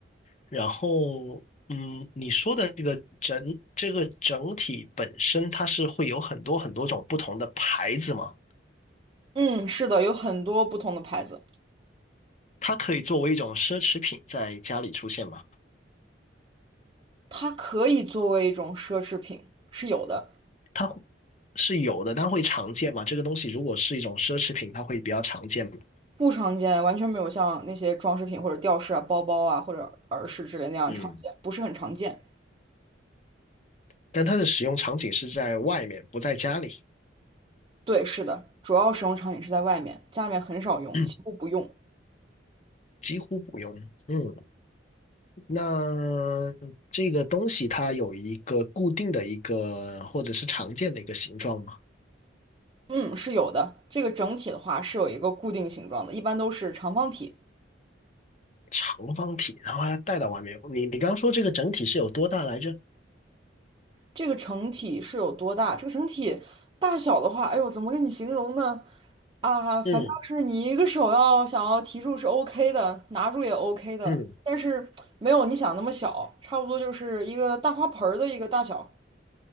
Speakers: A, on the left (about 40°); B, on the right (about 25°).
A: 然后，嗯，你说的这个整这个整体本身，它是会有很多很多种不同的牌子吗？
B: 嗯，是的，有很多不同的牌子，
A: 它可以作为一种奢侈品在家里出现吗？
B: 它可以作为一种奢侈品，是有的，
A: 它会是有的，它会常见吗？这个东西如果是一种奢侈品，它会比较常见吗？
B: 不常见，完全没有像那些装饰品或者吊饰啊、包包啊或者耳饰之类那样常见，
A: 嗯，
B: 不是很常见。
A: 但它的使用场景是在外面，不在家里，
B: 对，是的，主要使用场景是在外面，家里面很少用，
A: <clears throat>
B: 几乎不用。
A: 几乎不用。嗯那这个东西它有一个固定的一个或者是常见的一个形状吗？
B: 嗯，是有的。这个整体的话是有一个固定形状的，一般都是长方体。
A: 长方体，然后要带到外面。你你刚刚说这个整体是有多大来着？
B: 这个整体是有多大？这个整体大小的话，哎呦，怎么跟你形容呢？啊，反正是你一个手要想要提住是
A: 嗯
B: OK 的，拿住也 OK 的，
A: 嗯，
B: 但是没有你想那么小，差不多就是一个大花盆儿的一个大小。